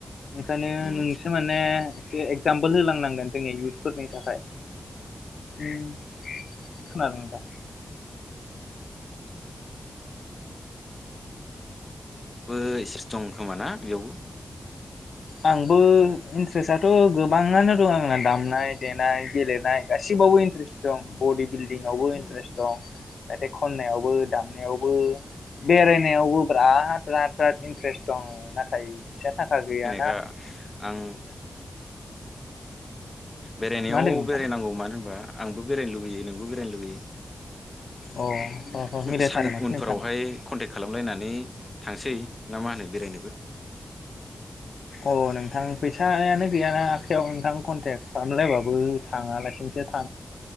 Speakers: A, on the left; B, on the left.
A: ओंखायनो
B: उम
A: नोंसो माने एसे इक्जामपोल होलांनांगोन जोंनि इउथफोरनि थाखाय। ओम खोनादों दा?
B: बो एसेस दं खोमा ना बेयावबो?
A: आंबो इन्ट्रेस्टआथ' गोबाङानो दं आंना दामनाय देनाय गेलेनाय गासिबावबो इन्ट्रेस्ट दं बडि बिल्दिंआवबो
B: उम
A: इन्ट्रेस्ट दं मेथाइ खन्नायावबो दामनायावबो बेरायनायावबो बिराद बिराद बिराद इन्ट्रेस्ट दं। नाथाय फैसा थाखा गैया
B: खा आं बेरायनायाव
A: मा होनदों नोंथां
B: बेरायनांगौ मानो होनबा आंबो बेरायनो लुुबैयो नोंबो बेरायनो लुुबैयो
A: अ अ अ मिलायथारो
B: सान
A: माथो
B: उनफोरावहाय
A: नोंथां
B: कन्टेक्ट खालामलायनानै थांसै ना मा होनो बेरायनोबो
A: अ नोंथां फैसायानो गैयाना आखायाव नोंथां कन्टेक्ट खालामलायबाबो थाङालासेनोसो